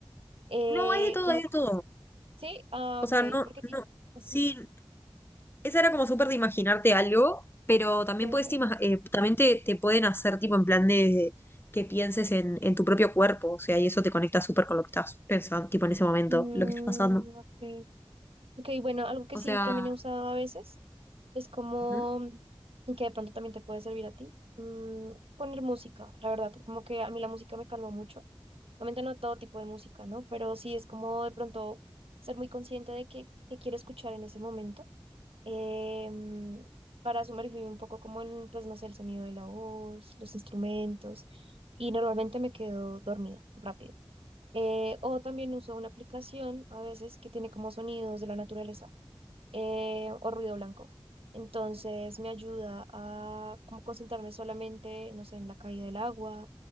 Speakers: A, on the right; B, on the left.
A: eh,
B: No, hay de todo,
A: como,
B: hay de todo.
A: sí, ah,
B: O sea,
A: ok,
B: no,
A: porque sí,
B: no,
A: ujú,
B: sí, esa era como súper de imaginarte algo, pero también
A: ok, ok,
B: puedes ima- eh, también te, te pueden hacer tipo en plan de que pienses en, en tu propio cuerpo, o sea, y eso te conecta súper con lo que estás pensando, tipo en ese momento,
A: Mm,
B: lo que está pasando.
A: ok, Ok, bueno, algo que
B: O
A: sí
B: sea,
A: también he usado a veces es como,
B: ujú,
A: mm, y que de pronto también te puede servir a ti, mm, poner música, la verdad, como que a mí la música me calma mucho. Obviamente no todo tipo de música, ¿no? Pero sí es como de pronto ser muy consciente de qué, qué quiero escuchar en ese momento, eh, mm, para sumergirme un poco como en, pues no sé, el sonido de la voz, los instrumentos, y normalmente me quedo dormida rápido. Eh, o también uso una aplicación a veces que tiene como sonidos de la naturaleza eh, o ruido blanco. Entonces me ayuda a como concentrarme solamente, no sé, en la caída del agua